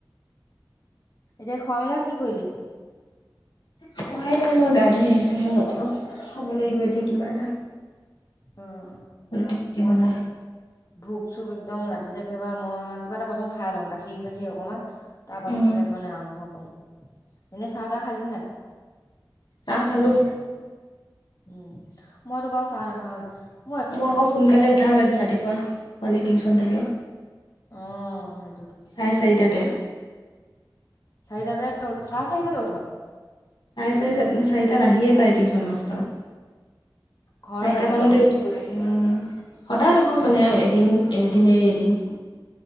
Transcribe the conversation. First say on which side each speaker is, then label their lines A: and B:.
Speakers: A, on the left (about 50°); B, on the left (about 85°).
A: এতিয়া খোৱা মেলা কি কৰিলি?
B: খোৱাই মই গা ধুই আহিছোঁহে অলপ আগত, খাব লাগিব এতিয়া কিবা এটা।
A: উম,
B: ৰুটি চুটি
A: মোৰ
B: বনাই
A: অক। ভোক চোক একদম লাগিলে একেবা মই কিবা এটা প্ৰথম খাই লওঁ, গাখীৰ চাখীৰ অকণমান। তাৰপাছতহে
B: উম
A: মানে আৰম্ভ কৰো, এনেই চাহ তাহ খালি নাই?
B: চাহ খালোঁ।
A: উম' মই তো বাও চাহ নাখাওঁয়ে।
B: মোৰ আক সোনকালে উঠা হৈ যে ৰাতিপুৱা, পোৱালি টিউচন থাকে।
A: উম'।
B: চাৰে চাৰিটাটে।
A: চাৰিটাহে, চাৰে চাৰিটাটে উঠ।
B: চাৰে চাৰি চাৰিটাত আহিয়ে পায় টিউচন মাষ্টৰ,
A: ঘৰত
B: চাৰিটা
A: আহে
B: মানতে
A: ন?
B: উ। উঠিব লাগে উম', সদায় নহয়
A: উম,
B: মানে, এদিন এদিন এৰি এদিন।